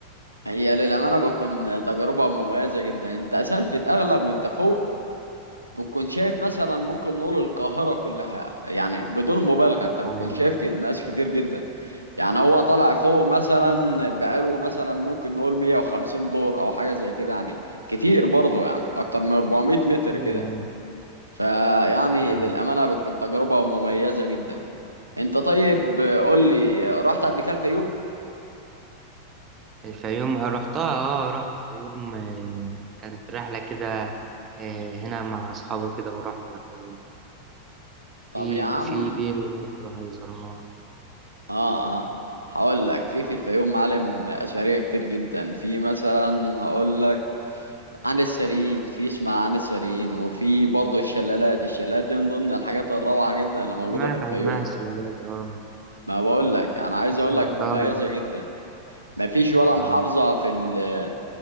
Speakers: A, on the right; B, on the right.
A: هي للأمانة بتكون تجربة مميزة جدا انت اساسا في الاغلب وانت فوق بتكون شايف مثلا ممكن نقول القاهرة كلها يعني بدون مبالغة انت بتكون
B: ايوه
A: شايف ك- ناس كتير جدا يعني هو طالع فوق مثلا بقاله مثلا ممكن نقول 150 دور او حاجه زي كده يعني كتير برضه يعني اكتر من 400 متر
B: ايوه
A: كده فيعني
B: مم.
A: للامانه بتكون تجربه مميزه جدا انت طيب قول لي رحت قبل كده الفيوم
B: الفيوم رحتها اه رحت الفيوم آه، كانت رحله كده آه، هنا مع اصحابي كده ورحنا الفيوم في
A: طب يا عم
B: في دير هناك رحنا زرناها
A: اه اه هقول لك في في الفيوم معالم اثريه كتير جدا في مثلا هقول لك عن السريين في اسمها عن السريين وفي برضه الشلالات الشلالات دي من ضمن الحاجات الروعه جدا اللي موجوده
B: سمعت
A: في الفيوم
B: عنها الشلالات اه
A: ما بقول لك انا عايز
B: ما سمعتهاش
A: اقول لك مميزه جدا ما فيش ولا
B: اه
A: محافظه في ال